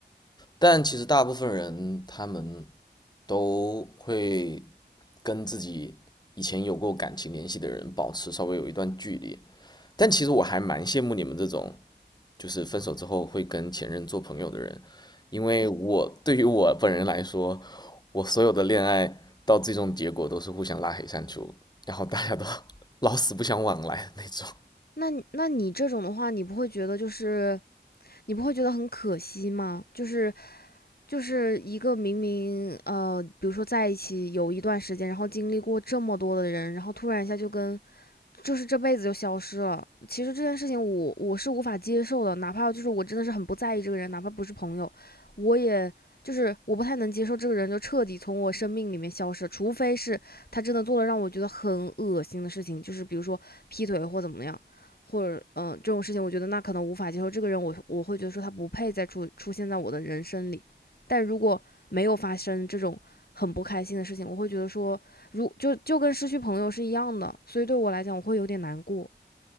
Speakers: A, on the left; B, on the left.
A: 但其实大部分人他们都会跟自己以前有过感情联系的人保持稍微有一段距离。但其实我还蛮羡慕你们这种，就是分手之后会跟前任做朋友的人，因为我对于我本人来说，我所有的恋爱到最终结果都是互相拉黑删除，然后大家都 <laughs> 老死不相往来的那种。
B: 那那你这种的话，你不会觉得就是你不会觉得很可惜吗？就是就是一个明明呃，比如说在一起有一段时间，然后经历过这么多的人，然后突然一下就跟就是这辈子就消失了。其实这件事情我我是无法接受的，哪怕就是我真的是很不在意这个人，哪怕不是朋友，我也就是我不太能接受这个人就彻底从我生命里面消失，除非是他真的做了让我觉得很恶心的事情，就是比如说劈腿或怎么样，或者嗯、呃这种事情，我觉得那可能无法接受。这个人我我会觉得说他不配再出出现在我的人生里。但如果没有发生这种很不开心的事情，我会觉得说如就就跟失去朋友是一样的，所以对我来讲，我会有点难过。